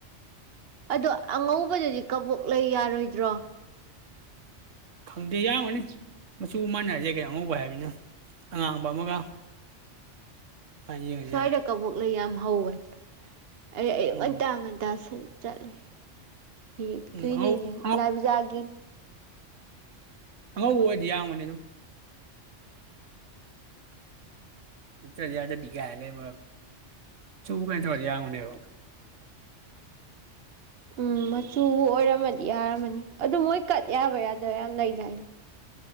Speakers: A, on the right (about 55°); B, on the right (about 85°).
A: ꯑꯗꯣ ꯑꯉꯧꯕꯗꯗꯤ ꯀꯕꯣꯛ ꯂꯩ ꯌꯥꯔꯣꯏꯗ꯭ꯔꯣ
B: ꯈꯪꯗꯦ ꯌꯥꯒꯅꯤ ꯃꯆꯨ ꯃꯥꯟꯅꯔꯁꯦ ꯀꯩꯅꯣ ꯑꯉꯧꯕ ꯍꯥꯏꯕꯅꯤꯅ ꯑꯉꯥꯡꯕ ꯑꯃꯒ ꯑꯗꯨꯃꯥꯏꯅ ꯌꯦꯡꯉꯗꯤ
A: ꯁ꯭ꯋꯥꯏꯗ
B: ꯌꯥꯔꯦ
A: ꯀꯕꯣꯛ ꯂꯩ ꯌꯥꯝꯃ ꯍꯧꯕꯅꯦ ꯑ ꯑꯩꯉꯟ
B: ꯎꯝ
A: ꯇꯉꯟ ꯇ ꯆꯠꯂꯦ ꯍ
B: ꯎꯝ
A: ꯀꯅꯤꯅꯦ
B: ꯑꯉꯧ ꯑꯉꯧ
A: ꯂꯥꯏꯄꯨꯖꯥꯒ
B: ꯑꯉꯧꯕ ꯑꯣꯏꯔꯗꯤ ꯌꯥꯔꯝꯒꯅꯤ ꯑꯗꯨꯝ ꯅꯠꯇ꯭ꯔꯗꯤ ꯌꯥꯗꯕꯤ ꯒꯥꯏꯅ ꯂꯩꯕ꯭ꯔ ꯀꯥꯏꯅ ꯇꯧꯔꯗꯤ ꯌꯥꯔꯝꯒꯅꯤꯕ
A: ꯎꯝ ꯃꯆꯨꯕꯨ ꯑꯣꯏꯔꯝꯃꯗꯤ ꯌꯥꯔꯝꯃꯅꯤ ꯑꯗꯨ ꯃꯣꯏ ꯀꯠ ꯌꯥꯕ ꯌꯥꯗꯕ ꯌꯥꯝ ꯂꯩ <inaudible>